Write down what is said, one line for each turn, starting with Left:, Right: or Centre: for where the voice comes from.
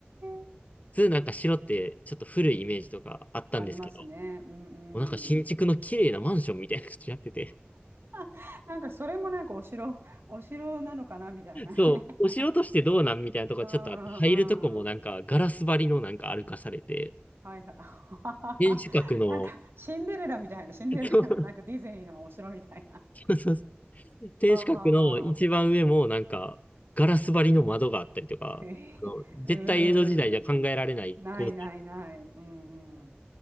Right: え。
Left: 普通なんか城ってちょっと古いイメージとかあったんですけど、
Right: ありますね。
Left: も
Right: うん
Left: うなんか新築の綺麗なマンションみたいな感じになってて、
Right: うん。<laughs> なんかそれもなんかお城、<laughs> お城なのかなみたいなね。
Left: <laughs> そう、
Right: <laughs>
Left: お城としてどうなんみたいなとこちょっとあって、
Right: うんう
Left: 入るとこもなんかガラス張りのなんか歩かされて、
Right: んうん。はいはい。<laughs>
Left: 天守閣の、
Right: なんかシンデレラみたいな、シンデレラのなんかディズニーのお城みたいな。
Left: <laughs> そうそうそう
Right: <laughs>
Left: 天守閣の一番上もなんか、
Right: はあはあは
Left: ガラス張りの窓があったりとか、
Right: あ。へえ。
Left: あの絶対江戸時代じゃ考えられない構造。
Right: うん。ないないない。うんう